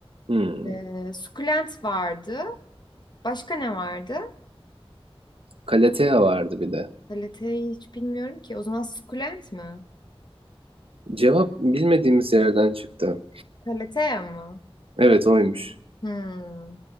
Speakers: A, on the right; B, on the left.
A: Hmm.
B: Ee, sukulent vardı. Başka ne vardı?
A: Calathea vardı bir de.
B: Kaliteyi hiç bilmiyorum ki. O zaman sukulent mi?
A: Cevap bilmediğimiz yerden çıktı.
B: Kaliteye mı?
A: Evet oymuş.
B: Hmm.